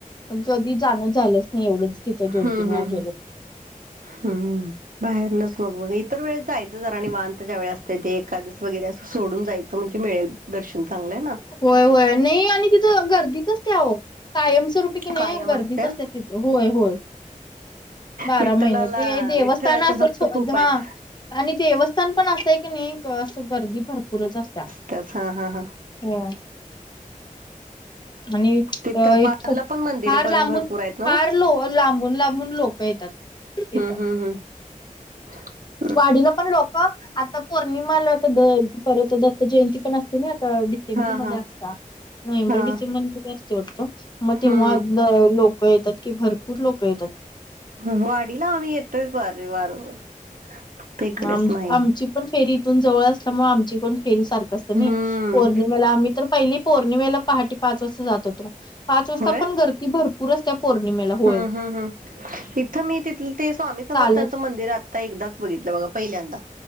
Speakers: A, on the left; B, on the right.
A: पण कधी जाण झालंच नाही एवढंच. तिथं दोन
B: हम्म
A: तीन वेळा
B: हम्म
A: गेलो.
B: हम्म हम्म. बाहेरनच मग म इतर वेळेस जायचं जरा आणि वाांतच्या वेळे असते ते एकादस वगैरे असं सोडून जाय म्हणजे मिळेल दर्शन चांगलंय ना.
A: होय होय नाही आणि तिथं गर्दी कसते आओ. कायमस्वरूपी की नाही
B: कायम
A: गर्दीच
B: असत्या
A: असते तिथं होय होय बारा
B: विठ्ठलाला
A: महिने ते देवस
B: विठ्ठलाचे
A: ताना <unintelligible>
B: भक्त खूप आहेत.
A: आणि देवस्थान पण असंय की नाही असं गर्दी भरपूरच असत्या
B: तेच हा हा हा.
A: ह आणि
B: तिथं
A: अ <unintelligible>
B: बाजूला पण मंदिर
A: फार
B: पण
A: लांबून
B: भरपूर आहेत ना
A: फार लो लांबून लांबून लोक येतात तिथ.
B: हम्म हम्म <unintelligible>
A: वाढीला पण लोक आता पौर्णिमाला आता परत दत्त जयंती पण असते ना आता डिसेंबरमध्ये
B: हा हा
A: असता नोव्हेंबर
B: हा
A: डिसेंबरमध्ये असते वाटतो मग तेव्हा
B: हम्म
A: ल- लोक येतात की भरपूर लोकं येतात.
B: वाडीला आम्ही येतोय. <unintelligible>
A: आम
B: नाही
A: आमची पण फेरी इथून जवळ असल्यामुळे आमची पण फेरी सारखं असतं
B: हम्म
A: नी पौर्णिमेला आम्ही तर पहिली पौर्णिमेला पहाटे पाच वाजता जात होतो पाच वाजता
B: होय
A: पण गर्दी भर पुर असत्या. पौर्णिमेला. होय.
B: हम्म हम्म हम्म इथं मी तिथलं ते स्वामी समर्थांचं
A: चालत
B: मंदिरात ता एकदाच बघितलं बघा पहिल्यांदा.